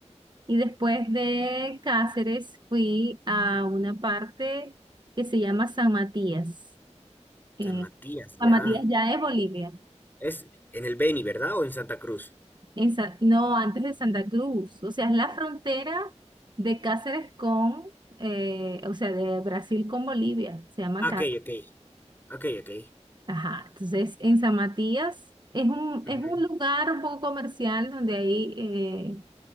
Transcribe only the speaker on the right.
Y después de Cáceres fui a una parte que se llama San Matías. Eh,
San Matías ya es Bolivia.
En Sa- no, antes de Santa Cruz. O sea, es la frontera de Cáceres con, eh, o sea, de Brasil con Bolivia. Se llama acá.
Ajá. Entonces, en San Matías es un,
es un lugar un poco comercial donde ahí eh,